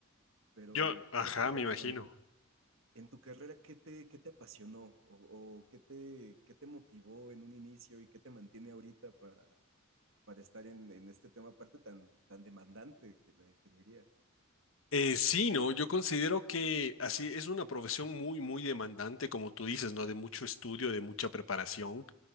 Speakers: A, on the right; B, on the left.
A: pero,
B: Yo, Ajá,
A: pero cuéntame,
B: me imagino.
A: hermano, en tu carrera, ¿qué te, qué te apasionó o, o qué te, qué te motivó en un inicio y qué te mantiene ahorita para, para estar en, en este tema, aparte tan, tan demandante que la ingeniería?
B: Eh, sí, no, yo considero que así es una profesión muy, muy demandante, como tú dices, ¿no? De mucho estudio, de mucha preparación